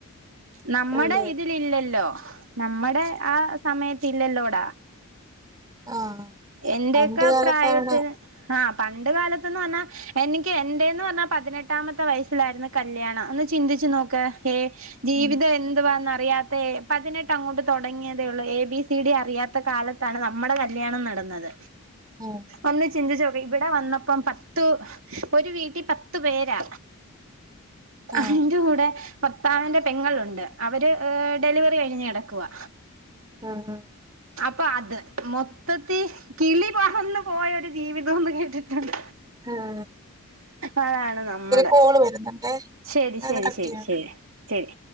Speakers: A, on the right (about 65°); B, on the right (about 15°).
A: നമ്മുടെ
B: അതെ അതെ.
A: ഇതില് ഇല്ലല്ലോ നമ്മുടെ ആ സമയത്ത് ഇല്ലല്ലോടാ
B: ആ
A: എന്റെയൊക്കെ
B: പണ്ട് കാലത്താണ്
A: പ്രായത്തിന് ആഹ് പണ്ട് കാലത്ത്ന്ന് പറഞ്ഞാ എനിക്ക് എന്റെയെന്ന് പറഞ്ഞാ പതിനെട്ടാമത്തെ വയസ്സിലായിരുന്നു കല്യാണം ഒന്ന് ചിന്തിച്ചു നോക്ക്. ഹേ ജീവിതം
B: ഉം
A: എന്തുവാന്ന റിയാത്തെ പതിനെട്ട് അങ്ങോട്ട് തുടങ്ങിയതേ ഒള്ളൂ എ ബി സി ഡി അറിയാത്ത കാലത്താണ് നമ്മുടെ കല്യാണം ന ടന്നത്
B: ഉം
A: ഒന്ന് ചിന്തിച്ചു നെ ഇവിടെ വന്നപ്പം പത്തു ഒരു വീട്ടിൽ പത്ത് പേരാ.
B: ആ.
A: അയിന്റെ കൂടെ ഭർത്താവിന്റെ പെങ്ങളുണ്ട് അവര് ഡെലിവറി കഴിഞ്ഞ് കെടക്കുവാ.
B: ആഹാ
A: പ്പം അത് മൊത്ത ത്തി കിളി പറന്നു പോയ ഒരു ജീവിതൊന്നും കേട്ടിട്ടുണ്ട്
B: ഹാ
A: അതാണ് നമ്മടെ
B: കോള് വരുന്നുണ്ടേ.
A: ശരി
B: ഞാനൊന്ന്
A: ശരി
B: കട്ട്
A: ശരി
B: ചെയ്യാം.
A: ശരി ശരി